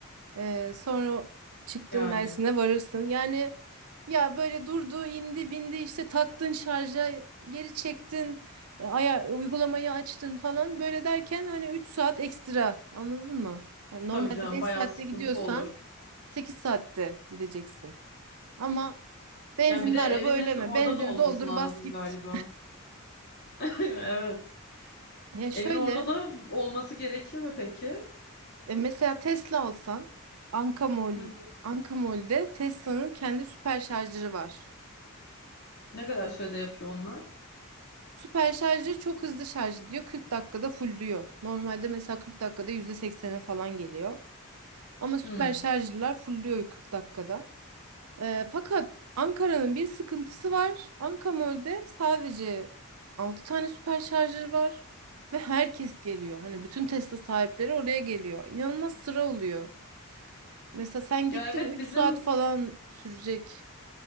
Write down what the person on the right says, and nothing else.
Ee, sonra çıktın
Mersin'e varırsın. Yani ya böyle durdu, indi, bindi işte taktın şarja, geri çektin, e, aya uygulamayı açtın falan. Böyle derken hani 3 saat ekstra anladın mı? Hani normalde
5
saatte
gidiyorsan
8 saatte gideceksin. Ama benzinli
araba öyle mi?
Benzini
doldur
bas git.
Ya şöyle
e, mesela Tesla alsan Ankamol,
Ankamol'de Tesla'nın kendi süper şarjları var.
Süper şarjı çok hızlı şarj ediyor. 40 dakikada fullüyor. Normalde mesela 40 dakikada %80'e falan geliyor. Ama süper
şarjlılar fullüyor 40 dakikada. Ee, fakat Ankara'nın bir sıkıntısı var. Ankamol'de sadece 6 tane süper şarjı var. Ve herkes geliyor. Hani bütün Tesla sahipleri oraya geliyor. İnanılmaz sıra oluyor. Mesela sen gittin
3
saat falan sürecek.